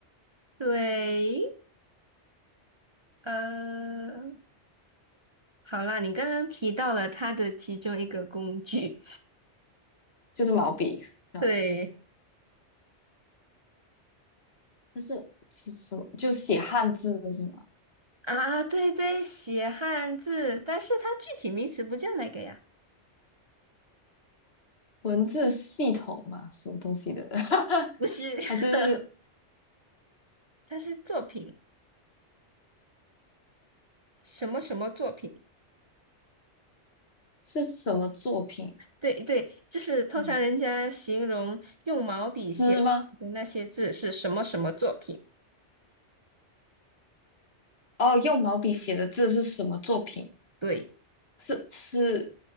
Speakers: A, on the right (about 30°); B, on the left (about 60°).
A: 对，呃，好啦，你刚刚提到了它的其中一个工具，
B: 就是毛笔，
A: <laughs>
B: 啊。
A: 对。
B: 但是是什么？就写汉字什么
A: 啊，对对，写汉字，但是它具体名词不叫那个呀，
B: 文字系统嘛，什么东西的？<laughs>
A: 不是，<laughs>
B: 还是
A: 它是作品，什么什么作品？
B: 是什么作品？
A: 对对，就是通常人家形容用毛笔写的那些字是什么什么作品？
B: 嗯，诗吗？哦，用毛笔写的字是什么作品？
A: 对，
B: 是是